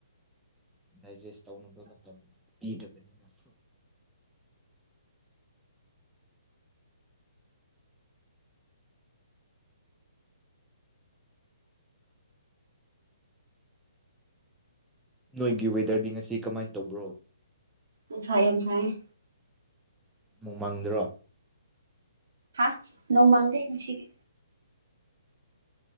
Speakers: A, in the centre; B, on the right.
A: ꯗꯥꯏꯖꯦꯁ ꯇꯧꯅꯕ ꯃꯇꯝ ꯄꯤꯗꯕꯅꯤꯅ ꯍꯨꯝ ꯅꯣꯏꯒꯤ ꯋꯦꯗꯔꯗꯤ ꯉꯁꯤ ꯀꯃꯥꯏ ꯇꯧꯕ꯭ꯔꯣ
B: ꯅꯨꯡꯁꯥ ꯌꯥꯝ ꯁꯥꯏꯌꯦ
A: ꯅꯣꯡ ꯃꯪꯗ꯭ꯔꯣ
B: ꯍꯥꯥ ꯅꯣꯡ ꯃꯪꯗꯦ ꯉꯁꯤꯗꯤ